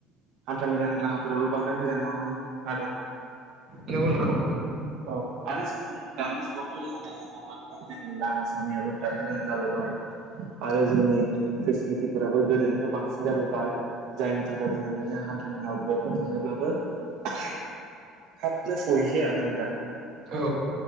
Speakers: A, on the right (about 55°); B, on the right (about 30°).
A: हान्था मेलानि राहाफोराबो बांद्राय मोजां नङामोन <inaudible>
B: नंगौ नंगौ
A: औ आरो जोङो दानि जुगावथ' जोङो नायनो थाङोब्ला बिदिनो जोंनि लामा सामायाबो बिराद मोजां जाबोबाय आरो जोंनि फेसिलिटिफोराबो गोदोनिफ्राय बांसिन जाबोबाय जायनि थाखाय जोङो बिदिनो हान्था मेलायाव बबेबा फोर थाङोब्लाबो थाबनो सहैसै आरो ना नोंथां
B: औ।